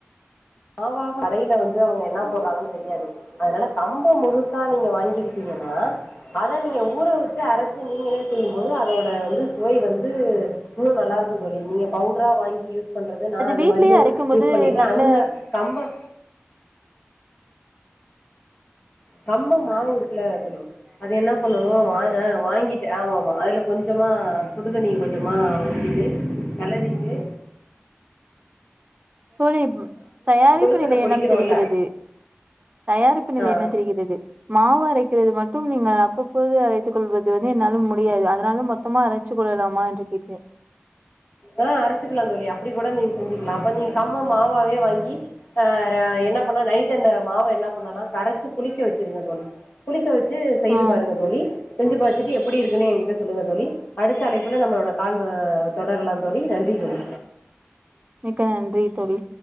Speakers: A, on the left (about 45°); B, on the right (about 35°).
A: மாவாக கடைல வந்து அவங்க என்ன போடுறாங்கன்னு தெரியாது அதனால கம்ப முழுசா நீங்க வாங்கிகிட்டீங்கன்னா அத நீங்க ஊற வச்சி அரைச்சி நீங்களே செய்யும்போது அதோட வந்து சுவை வந்து இன்னு நல்லா இருக்கு தோழி நீங்க பவுட்ரா வாங்கி யூஸ் பண்றது நா அது
B: வீட்லயே
A: மாரியு
B: அரைக்கும்
A: யூஸ்
B: போது
A: பண்ணிருக்கே
B: நல்ல
A: அந்த ப கம்பம் மாவு இருக்குல்ல தோழி அது என்ன பண்ணு ஆ வா ஆ வாங்கிட்டே ஆமா ஆமா அதுல கொஞ்சமா சுடுதண்ணி கொஞ்சமா ஊத்தீட்டு கெளறீட்டு
B: தோழி தயாரிப்பு
A: கொழுக்கட்ட
B: நிலையெல்லாம்
A: பொடிக்கிறோம்ல
B: தெரிகிறது தயாரிப்பு நிலையெல்லாம்
A: ஆ
B: தெரிகிறது மாவு அரைக்கிறது மட் ம் நீங்கள் அப்பப்போது அரைத்துக் கொள்வது வந்து என்னாலும் முடியாது அதனாலும் மக் மொத்தமா அரைச்சி கொள்ளலாமா என்று கிட்டே
A: ஆ அரச்சிக்கிலா தோழி அப் அப்டி கூட நீங்க செஞ்சிக்கலா அப்ப நீங்க கம்ம மாவு மாவே வாங்கி ஆ என்ன பண்ண நைட் அந்த மாவு என்ன பண்ணலா கரைச்சி புளிக்க வச்சிருங்க தோழி புளிக்க வச் வச்சி செய்து
B: ஆ
A: பாருங்க தோழி செஞ்சி பாத்துட்டு எப்டி இருக்குன்னு என்கிட்ட சொல்லுங்க தோழி அடுத்த அழைப்புல நம்மளோட கால் வ தொடரலா தோழி நன்றி தோழி
B: மிக்க நன்றி தோழி